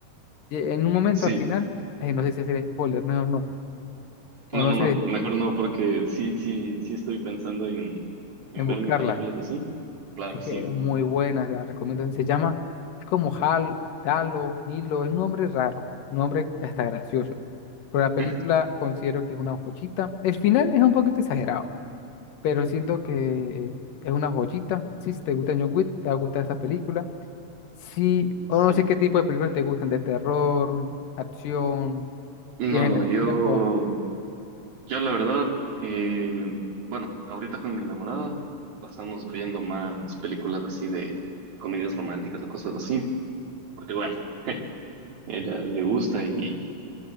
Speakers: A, on the left (about 85°); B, on the right (about 60°).
A: Y en un momento
B: Sí,
A: al final, ay, no sé si hacer spoiler, mejor no, o
B: no,
A: no
B: no,
A: sé,
B: no, mejor no, porque sí, sí, sí estoy pensando en, en
A: en buscarla.
B: verme películas así. Claro,
A: Es que
B: sí,
A: es muy buena, la recomiendo. Se llama, es como Hal, Galo Milo, es un nombre raro, un nombre hasta gracioso. Pero la película
B: <laughs>
A: considero que es una joyita. El final es un poquito exagerado, pero siento que es una joyita. Sí, si te gusta John Wick, te va a gustar esa película. Sí, o
B: sí.
A: no sé qué tipo de películas te gustan, de terror, acción,
B: No,
A: viaje
B: no,
A: en el
B: yo.
A: tiempo,
B: Yo la verdad, eh, bueno, ahorita con mi enamorada pasamos viendo más películas así de comedias románticas o cosas así, porque bueno, <laughs> ella le gusta y